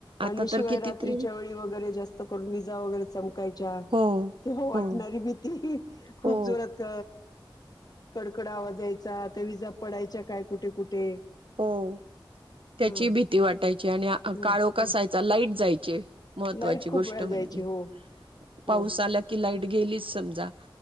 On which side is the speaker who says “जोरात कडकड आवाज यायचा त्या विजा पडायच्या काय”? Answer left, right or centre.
Left